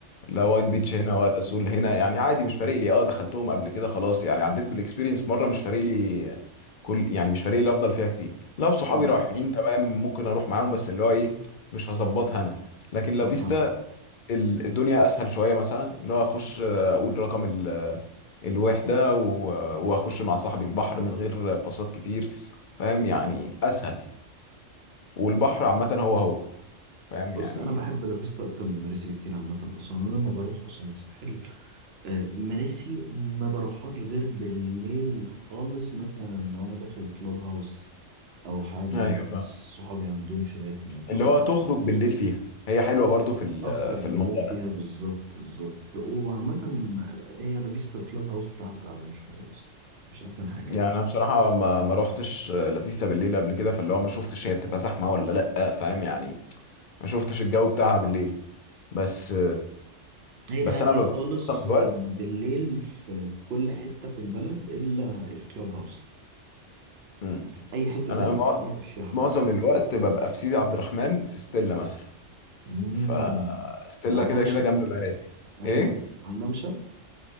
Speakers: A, on the left; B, on the right.
A: لا
B: اوكي
A: وايت بيتش هنا ولا سول هنا يعني عادي مش فارق لي اه دخلتهم قبل كده خلاص يعني عديت بالاكسبيرينس مره مش فارق لي كل يعني مش فارق لي افضل فيها كتير لو صحابي
B: مهم.
A: رايحين تمام ممكن اروح معاهم بس اللي هو ايه مش هظبطها انا لكن لافيستا
B: اه فاهم
A: ال- الدنيا اسهل شويه مثلا اللي هو اخش آه، اقول رقم ال- آه، الوحده و- واخش مع صاحبي البحر من غير باصات كتير فاهم يعني اسهل والبحر عامه هو هو فاهم
B: بص
A: يعني
B: انا بحب لافيستا اكتر من مراسي بكتير عامه اصلا انا لما بروح اصلا الساحل آه، مراسي ما بروحهاش غير بالليل خالص مثلا لو انا داخل كلوب هاوس او حاجه
A: ايوه
B: مع
A: فاهم
B: ناس صحابي عندهم شاليهات هناك
A: اللي
B: او
A: هو تخرج بالليل فيها هي حلوه برضو في ال-
B: اخرج
A: في
B: بالليل
A: الموضوع
B: فيها
A: ده
B: بالظبط بالظبط وعامة هي لافيستا الكلاب هاوس بتاعها تعبان شوية اصلا مش احسن حاجة
A: يعني
B: يعني
A: انا بصراحه ما ما روحتش لافيستا بالليل قبل كده فاللي هو ما شفتش هي بتبقى زحمه ولا لا فاهم يعني ما شفتش الجو بتاعها بالليل بس
B: هي
A: بس
B: هادية
A: انا ببقى
B: خالص
A: معظم الوقت
B: بالليل في كل حتة في البلد الا الكلاب هاوس
A: مم.
B: يعني اي حتة
A: انا
B: تانية
A: مع-
B: هي مفيش فيها حد
A: معظم الوقت ببقى في سيدي عبد الرحمن في ستيلا مثلا
B: امم
A: فستيلا
B: على الممشى
A: كده كده جنب مراسي
B: ايوه
A: ايه
B: على الممشى